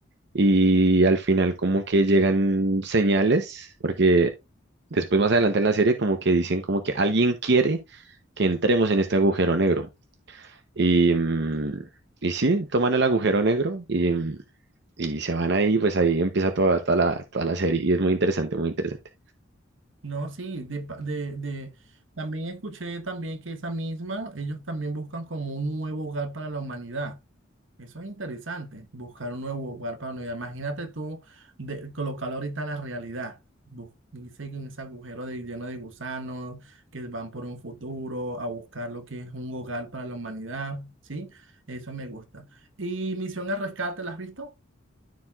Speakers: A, on the right; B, on the right.
A: y al final como que llegan señales, porque después más adelante en la serie como que dicen como que alguien quiere que entremos en este agujero negro. Y, mm, y sí, toman el agujero negro y, mm, y se van ahí, pues ahí empieza toda, toda la, toda la serie y es muy interesante, muy interesante.
B: No, sí, de, pa- de, de- También escuché también que esa misma, ellos también buscan como un nuevo hogar para la humanidad. Eso es interesante, buscar un nuevo lugar para unidad. Imagínate tú de, colocarlo ahorita a la realidad. Bu- Dice que en ese agujero de, lleno de gusanos que van por un futuro a buscar lo que es un hogar para la humanidad, ¿sí? Eso me gusta. ¿Y Misión al Rescate, la has visto?